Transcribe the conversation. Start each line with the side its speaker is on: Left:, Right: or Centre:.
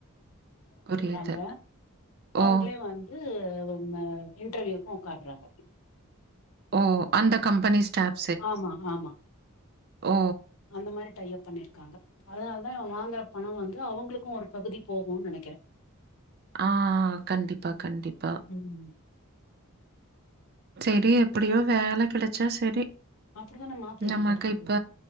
Right: புரியுது
Left: அ அவங்களே
Right: ஓ!
Left: வந்து இன்ன இன்டர்வியூக்கு உக்கார்றாங்க
Right: ஓ அந்த கம்பெனி ஸ்டார்
Left: ஆமா ஆமா
Right: ஓ
Left: அந்த மாரி டை அப் பண்ணிருக்காங்க அதனாலதா வாங்குற பணம் வந்து அவங்களுக்கு ஒரு பகுதி போகு நெனைக்கிற
Right: ஆ கண்டிப்பா கண்டிப்பா
Left: ம்
Right: சரி எப்டியோ வேலை கெடைச்சா சரி
Left: அப்டிதான மாப்பிள்ளைக்கு
Right: நமக்கு
Left: கெடச்சது
Right: இப்ப